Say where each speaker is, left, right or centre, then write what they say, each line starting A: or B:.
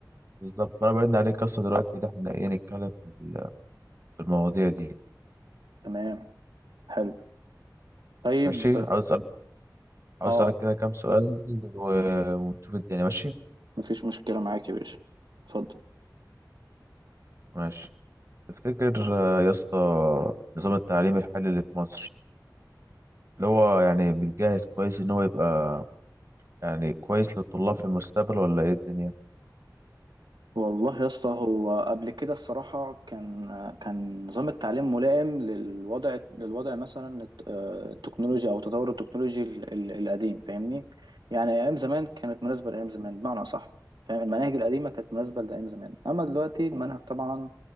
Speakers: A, on the right (about 40°); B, on the right (about 85°).
A: بالظبط فانا بعدنا عليك يا اسطى دلوقتي ده احنا ايه نتكلم في ال- في المواضيع دي
B: تمام حلو طيب
A: ماشي عاوز اسالك عاوز
B: اه
A: اسالك كده كام سؤال و- ونشوف الدنيا ماشي
B: مفيش مشكلة معاك يا باشا اتفضل
A: ماشي تفتكر آه، يا اسطى نظام التعليم الحالي اللي في مصر اللي هو يعني متجهز كويس ان هو يبقى يعني كويس للطلاب في المستقبل ولا ايه الدنيا
B: والله يا اسطى هو قبل كده الصراحة كان كان نظام التعليم ملائم للوضع للوضع مثلا الت- آه، التكنولوجيا او تطور التكنولوجي ال- ال- القديم فاهمني يعني ايام زمان كانت مناسبة لايام زمان بمعنى اصح فاهم المناهج القديمة كانت مناسبة لايام زمان اما دلوقتي المنهج طبعا